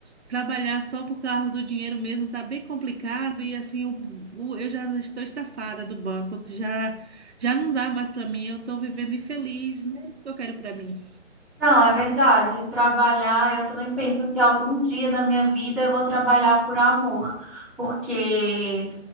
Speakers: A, on the right; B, in the centre.
A: Trabalhar só por causa do dinheiro mesmo tá bem complicado e assim o- o- eu já estou estafada do banco, já já não dá mais para mim, eu estou vivendo infeliz, não é isso que eu quero para mim.
B: não, é verdade. Trabalhar, eu também penso se algum dia na minha vida eu vou trabalhar por amor, porque